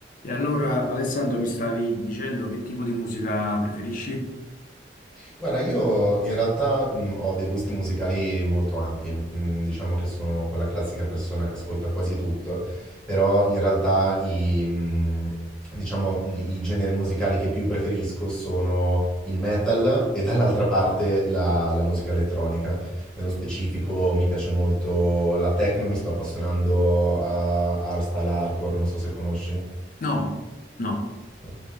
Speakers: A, on the left; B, in the centre.
A: E allora, Alessandro, mi stavi dicendo che tipo di musica preferisci?
B: Guarda, io in realtà mh, ho dei gusti musicali molto ampi, Mm, diciamo che sono quella classica persona che ascolta quasi tutto, però in realtà i, mh, diciamo, i i generi musicali che più preferisco sono il metal e dall'altra parte la, la musica elettronica. Nello specifico mi piace molto la techno, mi sto appassionando a hardstyle hardcore, non so se conosci.
A: No, no.
B: Ok.